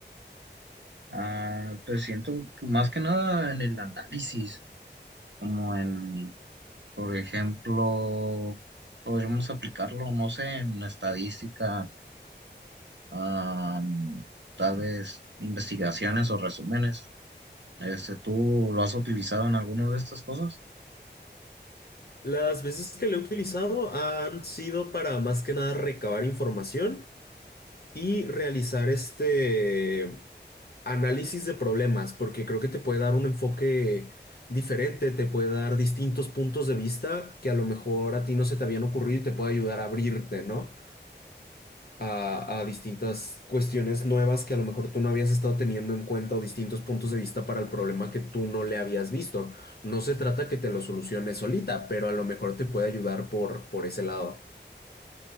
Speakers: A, on the right; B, on the left.
A: Ah, pues siento que más que nada en el análisis, como en Por ejemplo, podríamos aplicarlo, no sé, en estadística, am, tal vez investigaciones o resúmenes. Este, ¿tú lo has utilizado en alguna de estas cosas?
B: Las veces que lo he utilizado han sido para más que nada recabar información y realizar este análisis de problemas, porque creo que te puede dar un enfoque diferente, te puede dar distintos puntos de vista que a lo mejor a ti no se te habían ocurrido y te puede ayudar a abrirte, ¿no? a, a distintas cuestiones nuevas que a lo mejor tú no habías estado teniendo en cuenta o distintos puntos de vista para el problema que tú no le habías visto. No se trata que te lo soluciones solita, pero a lo mejor te puede ayudar por, por ese lado.